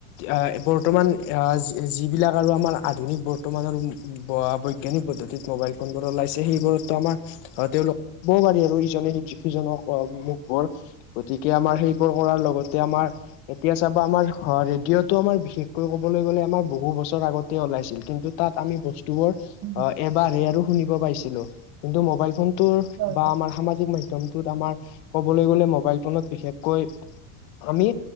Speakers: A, on the left; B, on the right.
A: অ বৰ্তমান এয়া যি যিবিলাক আৰু আমাৰ আধুনিক বৰ্তমান আৰু উ উম বা বৈজ্ঞানিক পদ্ধতিত মোবাইল ফোনবোৰ ওলাইছে সেইবোৰতটো আমাৰ অ তেওঁলোক ক'বও পাৰি আৰু ইজনে সিজ সিজনক অমুকৰ গতিকে আমাৰ সেইবোৰ কৰাৰ লগতে আমাৰ এতিয়া চাবা আমাৰ অ ৰেডিঅত তো আমাৰ বিশেষকৈ ক'বলৈ গ'লে আমাৰ বহু বছৰ আগতে ওলাইছিল কিন্তু তাত আমি বস্তুবোৰ
B: উম,
A: অ এবাৰহে আৰু শুনিব পাৰিছিলোঁ কিন্তু মোবাইল ফোনটো
B: হয়
A: বা
B: হয়,
A: আমাৰ সামাজিক মাধ্যমটোত আমাৰ ক'বলৈ গ'লে মোবাইল ফোনত বিশেষকৈ আমি